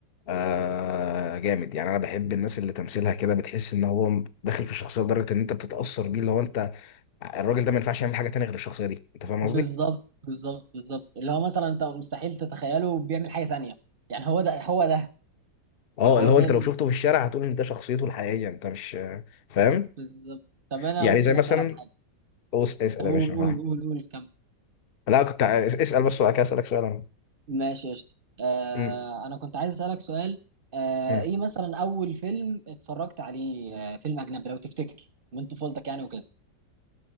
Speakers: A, on the left (about 65°); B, on the right (about 45°).
A: آه جامد يعني انا بحب الناس اللي تمثيلها كده بتحس ان هو داخل في الشخصيه لدرجه ان انت بتتاثر بيه لو انت الراجل ده ما ينفعش يعمل حاجه تانية غير الشخصيه دي انت
B: بالظبط
A: فاهم قصدي
B: بالظبط بالظبط اللي هو مثلا انت مستحيل تتخيله بيعمل حاجه تانية يعني هو ده هو ده
A: اه
B: هو
A: اللي
B: ده
A: هو انت
B: ال-
A: لو شفته في الشارع هتقول ان ده شخصيته الحقيقيه انت مش فاهم
B: بالظبط طب انا
A: يعني
B: ممكن
A: زي مثلا
B: اسالك حاجه
A: أوس- اسال
B: طب
A: يا
B: قول
A: باشا
B: قول
A: أنا-
B: قول قول كمل
A: لا كنت ع- اسال بس وبعد كده اسالك سؤال انا
B: ماشي يا شط. آه
A: م-
B: انا كنت عايز اسالك سؤال آه
A: م.
B: ايه مثلا اول فيلم اتفرجت عليه آه فيلم اجنبي لو تفتكر من طفولتك يعني وكده